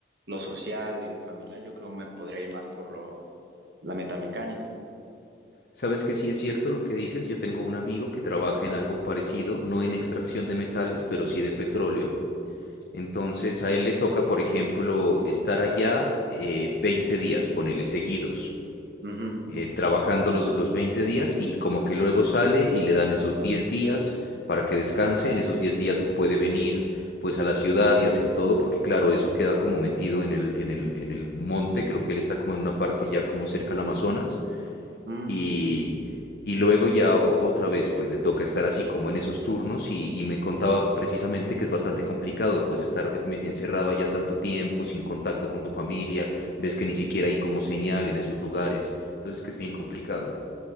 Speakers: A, on the right; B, on the left.
A: lo social y lo familiar, yo creo me podría ir más por lo, la metalmecánica.
B: Sabes que sí es cierto lo que dices. Yo tengo un amigo que trabaja en algo parecido, no en extracción de metales, pero sí de petróleo. Entonces a él le toca, por ejemplo, estar allá eh, 20 días, ponele, seguidos.
A: Ujú.
B: eh, trabajando los, los 20 días y como que luego sale y le dan esos 10 días para que descanse. En esos 10 días él puede venir pues a la ciudad y hacer todo, porque claro, eso queda como metido en el, en el, en el monte, creo que él está como en una parte ya como cerca al Amazonas.
A: Mm.
B: Y, y luego ya o- otra vez, pues le toca estar así como en esos turnos y, y me contaba precisamente que es bastante complicado, pues estar ve- me- encerrado allá tanto tiempo, sin contacto con tu familia, ves que ni siquiera hay como señal en esos lugares, entonces que es bien complicado.